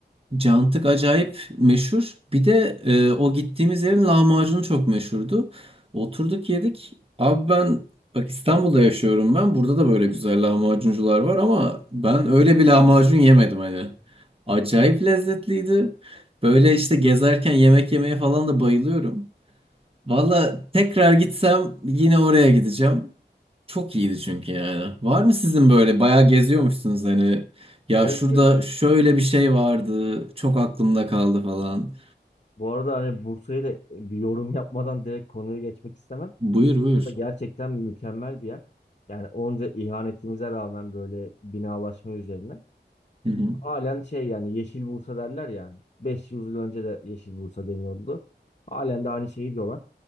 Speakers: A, on the right; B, on the left.
A: Cantık acayip meşhur. Bir de e, o gittiğimiz yerin lahmacunu çok meşhurdu. Oturduk yedik. Abi ben bak İstanbul'da yaşıyorum ben. Burada da böyle güzel lahmacuncular var ama ben öyle bir lahmacun yemedim hani. Acayip lezzetliydi. Böyle işte gezerken yemek yemeye falan da bayılıyorum. Valla tekrar gitsem yine oraya gideceğim. Çok iyiydi çünkü yani. Var mı sizin böyle bayağı geziyormuşsunuz hani ya
B: Evet
A: şurada
B: evet.
A: şöyle bir şey vardı çok aklımda kaldı falan.
B: Bu arada hani Bursa'yı da bir yorum yapmadan direkt konuya geçmek istemem.
A: Buyur
B: Bursa
A: buyur.
B: gerçekten mükemmel bir yer. Yani onca ihanetimize rağmen böyle binalaşma üzerine.
A: Hı hı.
B: Halen şey yani Yeşil Bursa derler yani. 500 yıl önce de Yeşil Bursa deniyordu. Halen de aynı şeyi diyorlar.